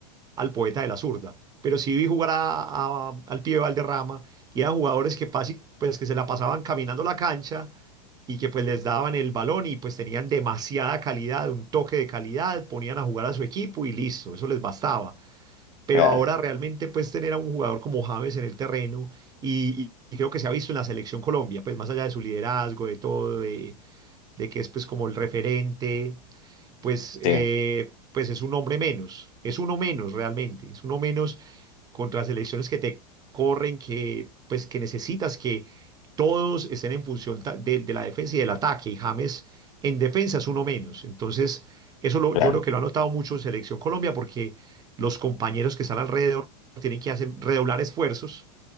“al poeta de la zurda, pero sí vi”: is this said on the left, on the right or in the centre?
Right